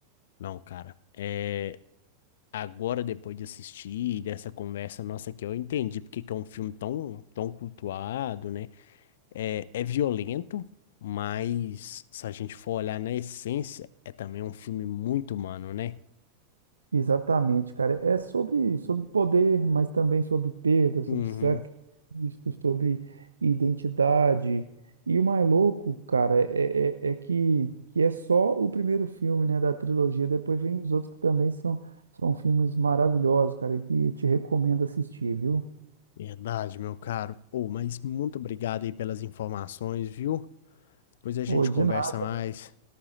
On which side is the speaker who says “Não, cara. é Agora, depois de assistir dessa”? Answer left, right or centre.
Left